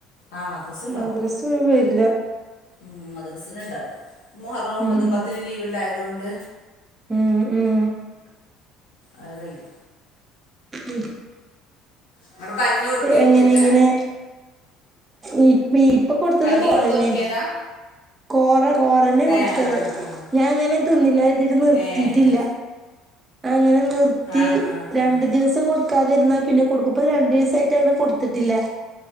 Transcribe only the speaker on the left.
ആഹ് മദ്രസ് ഉണ്ടാവും
ഉം മദ്രസ്ന് ഇണ്ടാവില്ല മുഹറം ഒമ്പതും
പത്തിനും ലീവ് ഇണ്ടായതോണ്ട്.
അത് കഴ്ഞു
എന്നിട്ട് കഞ്ഞി കൊടുക്കേ കുട്ടിക്ക്
കഞ്ഞി
കൊടുത്തുറക്കിയതാ
ഏഹ് ആഹ് ആഹ്
ഏഹ്
ആഹ് ആഹ്
ആഹ്